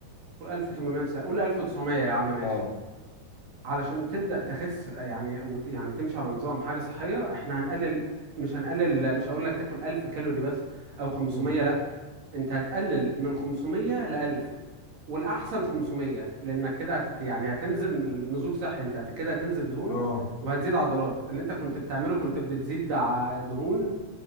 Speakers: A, on the right; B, on the left.
A: قول 1890 قول 1900 يا عم ماشي
B: اه
A: علشان تبدأ تخس آه، يعني وت... يعني تمشي على نظام حاجة صحية احنا هنقلل مش هنقلل مش هقول لك تاكل 1000 كالوري بس او 500
B: مم.
A: انت هتقلل من 500 ل 1000 والاحسن 500 لانك كده هت يعني هتنزل نزول صحي انت هت- كده هتنزل دهون
B: اه
A: وهتزيد عضلات اللي انت كنت بتعمله كنت بتزيد ع- دهون